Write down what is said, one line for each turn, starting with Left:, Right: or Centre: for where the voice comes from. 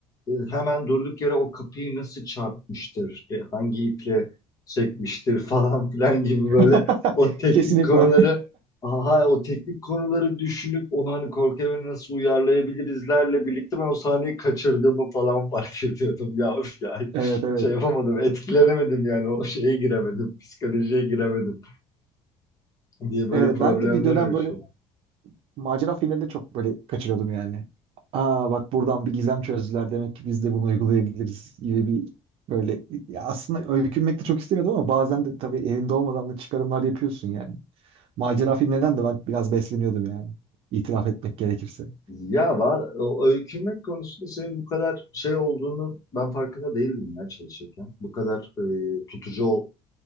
Left: E, hemen durduk yere o kapıyı nasıl çarpmıştır, e, hangi iple çekmiştir <laughs> falan filan gibi böyle
Right: <laughs>
Left: o teknik
Right: Kesinlikle.
Left: konuları aha o teknik konuları düşünüp onu hani korku evine nasıl uyarlayabilirizlerle birlikte ben o sahneyi kaçırdığımı falan fark <laughs> ediyordum ya üf yani
Right: Evet evet.
Left: şey yapamadım etkilenemedim yani o şeye giremedim psikolojiye giremedim diye böyle
Right: Evet
Left: problemler
Right: ben de bir dönem
Left: oluşuyor.
Right: böyle macera filmlerinde çok böyle kaçırıyordum yani. Aa bak buradan bir gizem çözdüler demek ki biz de bunu uygulayabiliriz gibi bir böyle ya aslında öykünmek de çok istemiyordum ama bazen de tabii elinde olmadan da çıkarımlar yapıyorsun yani. Macera filmlerinden de ben biraz besleniyordum yani. itiraf etmek gerekirse.
Left: Ya var, o öykünmek konusunda senin bu kadar şey olduğunu ben farkında değildim ya çalışırken. Bu kadar e, tutucu ol-